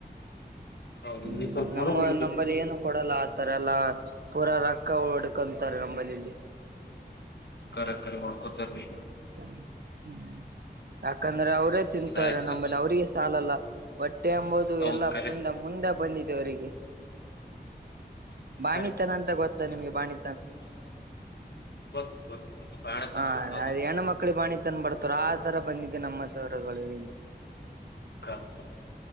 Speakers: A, on the left; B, on the right.
A: ಹೌದು
B: ಹ್ಮ್
A: ನೀ ಸ್ವಲ್ಪ
B: ನಮ್ಮ
A: ಹೊರಗೆ ಹೋಗಿದ್ದೀರಿ.
B: ನಮ್ಮಲ್ಲಿ ಏನು ಕೊಡಲ್ಲ ಆತರ ಎಲ್ಲಾ ಪೂರಾ ರೊಕ್ಕ ಹಡ್ ಕಕ್ಕಂತಾರೆ ನಂಬಲ್ಲಿ ಇಲ್ಲಿ
A: ಕರೆ ಕರೆ ಹೊಡ್ಕೊತರ್ ರಿ
B: ಹ್ಮ ಹ್ಮ್ ಯಾಕಂದ್ರೆ ಅವ್ರೇ ತಿಂತವಾರೆ
A: ಇದಾಯ್ತು
B: ನಮ್ಮಲ್ಲಿ ಅವ್ರಿಗೆ ಸಾಲಲ್ಲ ಹೊಟ್ಟೆ ಅಂಬುದು
A: ಹೌದ್
B: ಎಲ್ಲ
A: ಕರೆ.
B: ಮುಂದ ಮುಂದೆ ಬಂದಿದೆ ಅವರಿಗೆ ಬಾಣಿತನ
A: ಕರೆ
B: ಅಂತ ಗೊತ್ತ ನಿಮ್ಗೆ ಬಾಣಿ
A: ಗೊತ್ತು ಗೊತ್ತು ಬ್ಯಾಡತನ
B: ಹಂ
A: ಗೊತ್ತಾತನ.
B: ಏನು ಕಾಣಿ ತಂದ ಬಡ್ತಾರ ಆ ತರ ಬಂದಿದೆ ನಮ್ಮ ಸರ್ಗಳು ಇಲ್ಲಿ
A: ಕರೆಕ್ಟ್ ಟು